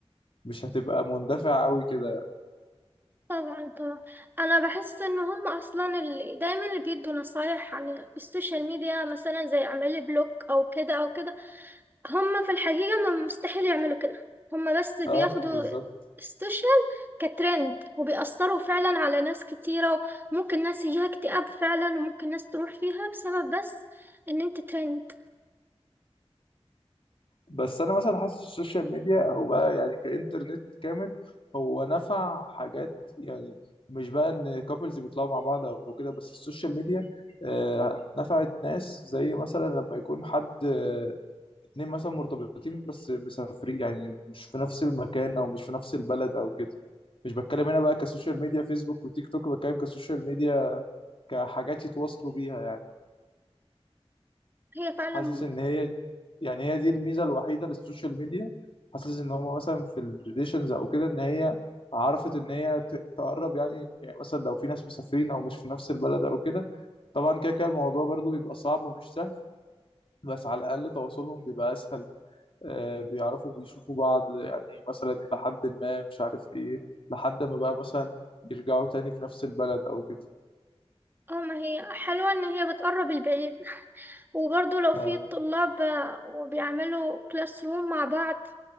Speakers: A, on the left (about 55°); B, on the right (about 20°).
A: ومش هتبقى مندفع قوي كده
B: طبعا طبعا انا بحس ان هم اصلا اللي دايما اللي بيدوا نصايح عن السوشيال ميديا مثلا زي اعملي بلوك او كده او كده هم في الحقيقة ما مستحيل يعملوا كده هم بس بياخدوا
A: اه بالظبط
B: السوشيال كترند وبيأثروا فعلا على ناس كتيرة ممكن ناس يجيها اكتئاب فعلا وممكن ناس تروح فيها بسبب بس ان انت ترند
A: بس انا مثلا حاسس السوشيال ميديا او بقى يعني كانترنت كامل هو نفع حاجات يعني مش بقى ان كابلز بيطلعوا مع بعض او كده بس السوشيال ميديا آه، نفعت ناس زي مثلا لما يكون حد آه، اتنين مثلا مرتبطين بس مسافرين يعني مش في نفس المكان او مش في نفس البلد او كده مش بتكلم هنا بقى كسوشيال ميديا فيسبوك وتيك توك بتكلم كسوشيال ميديا كحاجات يتواصلوا بيها يعني
B: هي فعلا
A: حاسس ان هي يعني هي دي الميزه الوحيده للسوشيال ميديا حاسس ان هو مثلا في الريليشنز او كده ان هي عرفت ان هي ت- تقرب يعني يعني مثلا لو في ناس مسافرين او مش في نفس البلد او كده طبعا كده كده الموضوع برضو بيبقى صعب ومش سهل بس على الاقل تواصلهم بيبقى اسهل آه بيعرفوا بيشوفوا بعض يعني مثلا الى حد ما مش عارف ايه لحد ما بقى مثلا يرجعوا تاني في نفس البلد او كده
B: اه ما هي حلوة ان هي بتقرب البعيد وبرضو لو في
A: آه.
B: الطلاب آه، وبيعملوا كلاس روم مع بعض